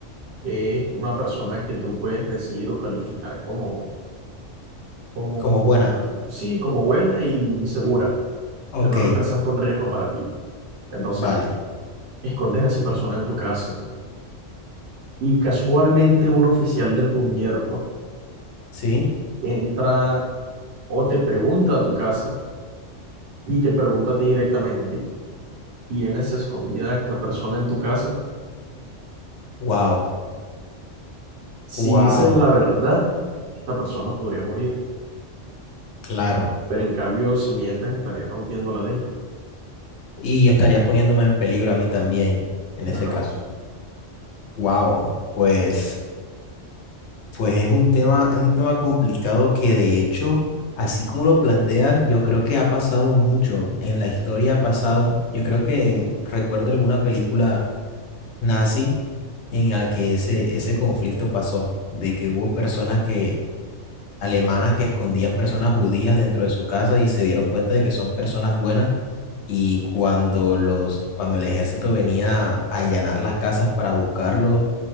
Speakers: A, on the right; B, on the left.
A: es una persona que tú puedes decir o calificar como como,
B: Como buena.
A: como- sí, como buena y segura,
B: Ok,
A: que no representa un riesgo para ti. Entonces,
B: vale.
A: escondes a esa persona en tu casa y casualmente un oficial del gobierno
B: Sí.
A: entra o te pregunta a tu casa y te pregunta a ti directamente, ¿tienes escondida a esta persona en tu casa?
B: Wow.
A: Si
B: Wow.
A: dices la verdad, esta persona podría morir,
B: Claro.
A: pero en cambio, si mientes, estarías rompiendo la ley.
B: Y estaría poniéndome en peligro a mí también en
A: Claro,
B: ese caso. Wow. Pues, pues es un tema, es un tema complicado que de hecho, así como lo planteas, yo creo que ha pasado mucho en la historia ha pasado. Yo creo que recuerdo alguna película nazi en el que ese, ese conflicto pasó, de que hubo personas que, alemanas que escondían personas judías dentro de su casa y se dieron cuenta de que son personas buenas y cuando los, cuando el ejército venía a allanar las casas para buscarlos,